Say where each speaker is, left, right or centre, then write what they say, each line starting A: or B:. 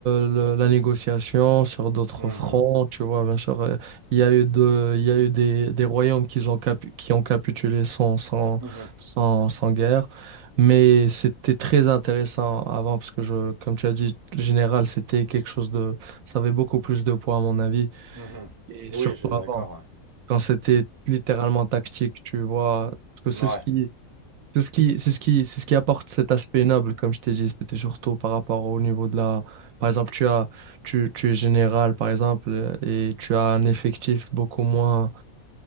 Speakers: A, on the right; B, on the right.
A: le- la négociation sur d'autres
B: Mhm,
A: fronts, tu vois, bien sûr. euh, Il y a eu de, il y a eu des, des royaumes qui ont, capu- qui ont capitulé sans, sans,
B: mhm,
A: sans, sans guerre. Mais c'était très intéressant avant, parce que je, comme tu as dit, le général, c'était quelque chose de, ça avait beaucoup plus de poids, à mon avis,
B: mhm.
A: et surtout
B: Oui, je suis
A: avant.
B: d'accord,
A: quand c'était littéralement tactique, tu vois. Parce que
B: ouais.
A: c'est
B: Ouais.
A: ce qui, c'est ce qui, c'est ce qui, c'est ce qui apporte cet aspect noble, comme je t'ai dit. C'était surtout par rapport au niveau de la. Par exemple, tu as, tu, tu es général, par exemple, euh, et tu as un effectif beaucoup moins,